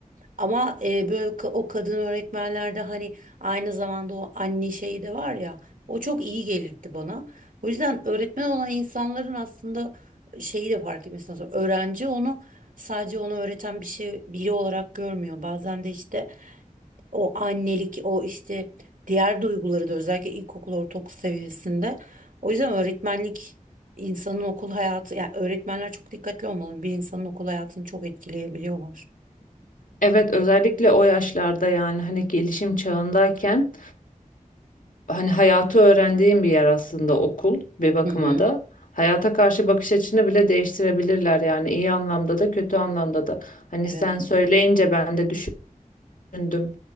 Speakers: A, on the right; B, on the left.
A: Ama e, böyle ka- o kadın öğretmenlerde hani aynı zamanda o anne şeyi de var ya o çok iyi gelirdi bana. O yüzden öğretmen olan insanların aslında şeyi de fark etmesi lazım. Öğrenci onu sadece onu öğreten bir şey biri olarak görmüyor. Bazen de işte o annelik o işte diğer duyguları da özellikle ilkokul ortaokul seviyesinde. O yüzden öğretmenlik insanın okul hayatı yani öğretmenler çok dikkatli olmalı. Bir insanın okul hayatını çok etkileyebiliyorlar.
B: Evet, özellikle o yaşlarda yani hani gelişim çağındayken hani hayatı öğrendiğim bir yer aslında okul bir bakıma
A: Hı hı.
B: da. Hayata karşı bakış açını bile değiştirebilirler yani iyi anlamda da kötü anlamda da. Hani
A: Evet.
B: sen söyleyince ben de düşündüm.